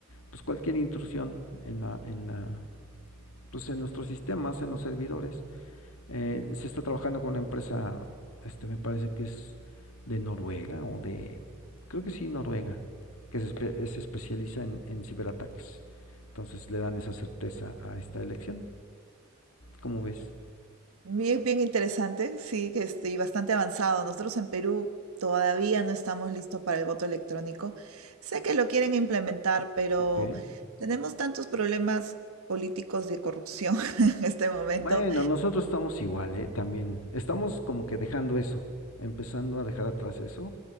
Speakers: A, on the left; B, on the right.
A: pues, cualquier intrusión en la, en la, pues, en nuestros sistemas, en los servidores. Eh, se está trabajando con una empresa, este, me parece que es de Noruega o de, creo que sí, Noruega, que se, espe- se especializa en, en ciberataques. Entonces le dan esa certeza a esta elección. ¿Cómo ves?
B: Bien, bien interesante, sí, que este, y bastante avanzado. Nosotros en Perú todavía no estamos listos para el voto electrónico. Sé que lo quieren implementar, pero
A: Ok.
B: tenemos tantos problemas políticos de corrupción <laughs> en este momento.
A: Bueno, nosotros estamos igual, ¿eh? También. Estamos como que dejando eso, empezando a dejar atrás eso,